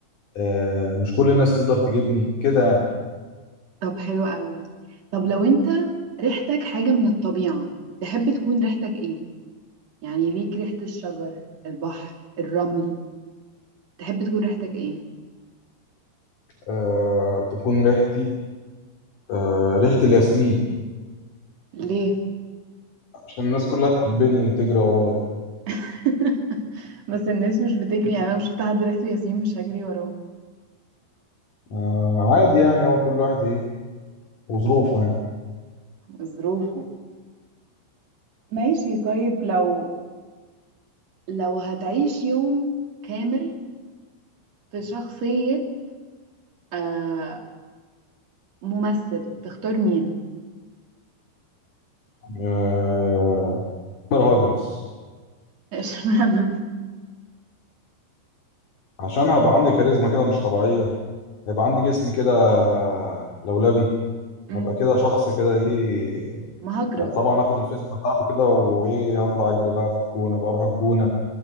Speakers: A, on the left; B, on the right.
A: آه، مش كل الناس تقدر تجيبني كده يعني
B: طب حلو قوي طب لو انت ريحتك حاجة من الطبيعة تحب تكون ريحتك ايه يعني ليك ريحة الشجر البحر الرمل تحب تكون ريحتك ايه
A: آه، تكون ريحتي آه، ريحة الياسمين
B: ليه
A: عشان الناس كلها تحبني وتجري ورايا
B: <laughs> بس الناس مش بتجري يعني انا مش شفت حد ريحته ياسمين مش هجري وراه
A: آه، عادي يعني هو كل واحد ايه وظروفه يعني
B: ظروفه ماشي طيب لو لو هتعيش يوم كامل في شخصية آه ممثل تختار مين
A: آه، عمر هجرس
B: <laughs> اشمعنى
A: عشان هبقى عندي كاريزما كده مش طبيعية هيبقى عندي جسم كده لولبي
B: مم،
A: هبقى كده شخص كده ايه
B: مهاجرس
A: طبعا هاخد الفيزياء بتاعته كده وايه هطلع اجري بقى في الجونة بقى اروح الجونة